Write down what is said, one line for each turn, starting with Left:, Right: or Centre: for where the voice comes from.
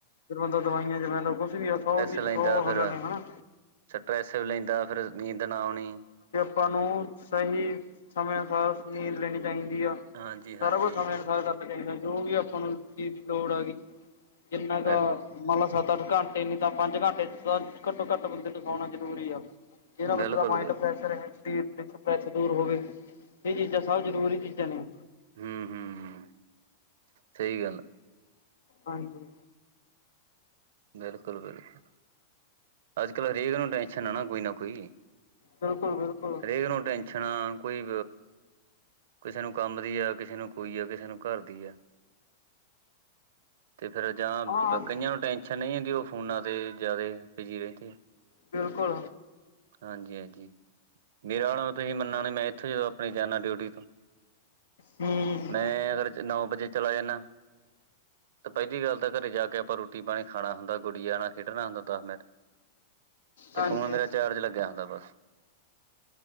Left: ਫਿਰ ਬੰਦਾ ਦਵਾਈਆਂ ਚ ਪੈਂਦਾ ਕੁਛ ਵੀ ਆ ਸੌ ਚੀਜ਼
Right: ਲੈਂਦਾ
Left: ਸੌ
Right: ਫਿਰ
Left: ਹੱਲ ਨੇ ਹਨਾ।
Right: ਸਟਰ੍ਰੈਸ ਵੀ ਲੈਂਦਾ ਫਿਰ ਨੀਂਦ ਨਾ ਆਉਣੀ।
Left: ਤੁਹਾਨੂੰ ਸਹੀ ਸਮੇਂ ਅਨੁਸਾਰ ਨੀਂਦ ਲੈਣੀ ਚਾਹੀਦੀ ਆ।
Right: ਹਾਂਜੀ
Left: ਸਾਰਾ
Right: ਹਾਂਜੀ
Left: ਕੁਛ ਸਮੇਂ ਅਨੁਸਾਰ ਕਰਨਾ ਚਾਹੀਦਾ ਜੋ ਵੀ ਆਪਾਂ ਨੂੰ ਚੀਜ਼ ਦੀ ਲੋੜ ਆ ਗਈ। ਜਿੰਨਾ ਮੰਨ
Right: ਬਿਲ
Left: ਲਾ ਸੱਤ ਅੱਠ ਘੰਟੇ ਨੀ ਤਾਂ ਪੰਜ ਘੰਟੇ ਤਾਂ ਘੱਟੋ ਘੱਟ ਬੰਦੇ ਨੂੰ ਸਾਉਣਾ ਜਰੂਰੀ ਆ। ਕੇਰਾਂ ਬੰਦੇ
Right: ਬਿਲਕੁਲ
Left: ਦਾ ਮਾਈਡ
Right: ਬਿਲ
Left: ਫਰੈਸ। ਸਰੀਰ ਦੇ ਸਟਰ੍ਸ ਦੂਰ ਹੋਵੇ ਇਹ ਚੀਜ਼ਾਂ ਸਭ ਜ਼ਰੂਰੀ ਚੀਜ਼ਾਂ ਨੇ।
Right: ਹੂੰ ਹੂੰ ਸਹੀ ਗੱਲ ਆ।
Left: ਹਾਂਜੀ।
Right: ਬਿਲਕੁਲ ਬਿਲਕੁਲ ਅੱਜ ਕਲ ਹਰੇਕ ਨੂੰ ਟੈਸ਼ਨ ਆ ਨਾ ਕੋਈ ਨਾ ਕੋਈ।
Left: ਬਿਲਕੁਲ ਬਿਲਕੁਲ
Right: ਹਰੇਕ ਨੂੰ ਟੈਸ਼ਨ ਆ ਕੋਈ। ਕਿਸੇ ਨੂੰ ਕੰਮ ਦੀ ਆ ਕਿਸੇ ਨੂੰ ਕੋਈ ਆ ਕਿਸੇ ਨੂੰ ਘਰ ਦੀ ਆ। ਤੇ ਫਿਰ ਜਾਂ
Left: ਹਾਂ
Right: ਕਈਆਂ ਨੂੰ ਟੈਸ਼ਨ ਨਹੀਂ ਹੁੰਦੀ ਉਹ ਫੋਨਾਂ ਤੇ। ਜ਼ਿਆਦੇ ਬਿਜੀ ਰਹਿੰਦੇ ਆ।
Left: ਬਿਲਕੁਲ
Right: <unintelligible> ਹਾਂਜੀ-ਹਾਂਜੀ ਮੇਰਾ ਤੁਸੀਂ ਮੰਨਣਾ ਨੀ ਮੈਂ ਇੱਥੋਂ ਜਦੋਂ ਆਪਣਾ ਜਾਂਦਾ ਡਿਊਟੀ ਤੋਂ।
Left: ਹੂੰ
Right: ਮੈਂ ਅਗਰ। ਤੇ ਨੌ ਵਜੇ ਚਲਾ ਜਾਂਣਾ ਤੇ ਪਹਿਲੀ ਗੱਲ ਤਾਂ ਘਰੇ ਜਾ ਕੇ ਆਪਾਂ ਰੋਟੀ ਪਾਣੀ। ਖਾਣਾ ਹੁੰਦਾ ਗੁੜੀਆਂ ਨਾਲ। ਖੇਡਣਾ ਹੁੰਦਾ ਦਸ ਮਿੰਟ ਤੇ
Left: ਹਾਂਜੀ
Right: ਫੋਨ ਮੇਰਾ ਚਾਰਜ ਲਗਿਆ ਹੁੰਦਿਆ ਬਸ। <inaudible>